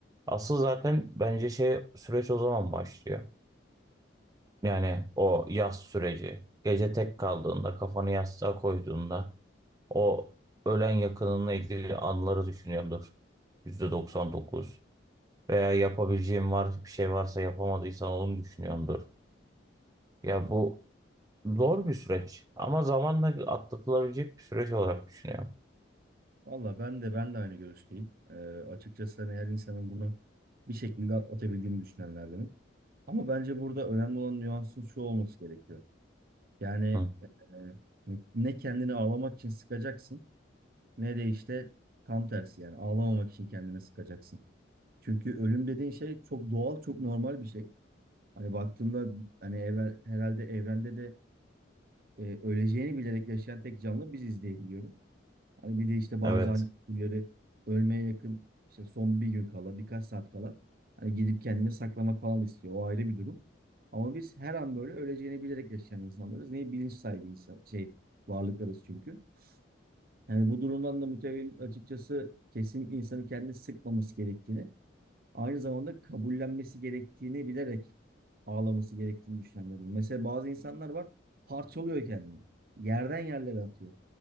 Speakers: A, on the right; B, on the right.
A: Asıl zaten bence şey süreç o zaman başlıyor. Yani o yas süreci. Gece tek kaldığında, kafanı yastığa koyduğunda o ölen yakınınla ilgili anıları düşünüyordur. %99. Veya yapabileceğim var, bir şey varsa yapamadıysan onu düşünüyordur. Ya bu zor bir süreç ama zamanla atlatılabilecek bir süreç olarak düşünüyorum.
B: Valla ben de ben de aynı görüşteyim. Ee, açıkçası hani her insanın bunu bir şekilde atlatabildiğini düşünenlerdenim. Ama bence burada önemli olan nüansın şu olması gerekiyor. Yani
A: Hı.
B: e, ne kendini ağlamak için sıkacaksın ne de işte tam tersi yani ağlamamak için kendine sıkacaksın. Çünkü ölüm dediğin şey çok doğal, çok normal bir şey. Hani baktığımda hani evvel, herhalde evrende de e, öleceğini bilerek yaşayan tek canlı biziz diye biliyorum. Hani bir de işte bazı
A: Evet.
B: hani türleri ölmeye yakın işte son bir gün kala, birkaç saat kala hani gidip kendini saklamak falan istiyor. O ayrı bir durum. Ama biz her an böyle öleceğini bilerek yaşayan insanlarız. Neyi bilinç sahibi insan, şey varlıklarız çünkü. Yani bu durumdan da mütevellit açıkçası kesinlikle insanı kendini sıkmaması gerektiğini, aynı zamanda kabullenmesi gerektiğini bilerek ağlaması gerektiğini düşünenlerim. Mesela bazı insanlar var parçalıyor kendini. Yerden yerlere atıyor.